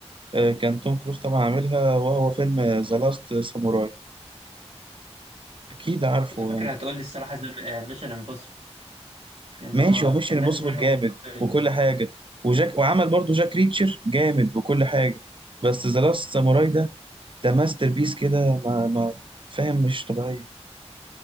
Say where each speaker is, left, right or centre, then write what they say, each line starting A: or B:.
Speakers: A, on the right; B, on the right.
A: آه، كان توم كروز طبعا عاملها وهو فيلم ذا لاست ساموراي اكيد عارفه
B: انا كنت فاكر
A: يعني
B: هتقول لي الصراحه زي ميشن امبوسيبل ان
A: ماشي
B: هو
A: هو ميشن
B: كان
A: امبوسيبل
B: نازل منه
A: جامد
B: جزء قريب
A: وكل
B: يعني.
A: حاجه وجاك وعمل برضو جاك ريتشر جامد وكل حاجه بس ذا لاست ساموراي ده ده ماستر بيس كده ما ما فاهم مش طبيعيه